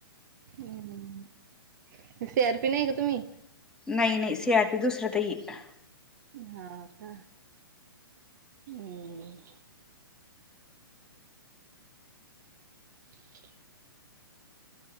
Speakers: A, on the right; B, in the centre.
A: हम् हम्म सी आर पी नाही का तुम्ही?
B: नाही नाही सी आर पी दुसऱ्या ताई आहेत
A: हो का हम् <inaudible>